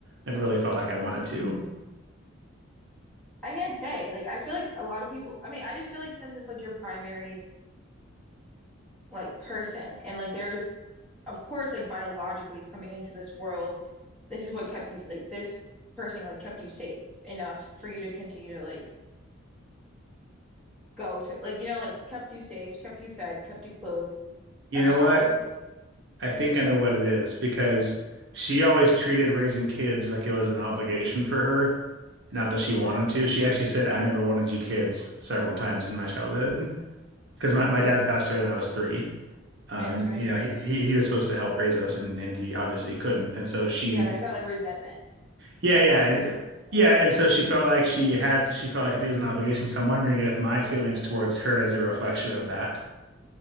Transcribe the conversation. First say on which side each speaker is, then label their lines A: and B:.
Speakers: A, on the right; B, in the centre.
A: Never really felt like I wanted to.
B: I can't say. Like, I feel like a lot of people, I mean, I just feel like since it's like your primary like person and like there's of course like biologically coming into this world, this is what kept you like this person like kept you safe enough for you to continue to like go to like you know like kept you safe, kept you fed, kept you clothed
A: You
B: or
A: know
B: housed.
A: what? I think I know what it is because she always treated raising kids like it was an obligation for her, not that she
B: Mm-hmm.
A: wanted to. She actually said, I never wanted you kids several times in my childhood <laughs> because my,
B: Mm-hmm.
A: my dad passed away when I was three. Um,
B: Man, I'm
A: and
B: sorry
A: you
B: to hear
A: know,
B: that.
A: he, he, he was supposed to help raise us and, and he obviously couldn't. And so she,
B: Yeah, there's that like resentment
A: yeah,
B: that
A: yeah.
B: possibly
A: it-
B: comes into play.
A: Yeah, and so she felt like she had, she felt like it was an obligation. So I'm wondering if my feelings towards her is a reflection of that.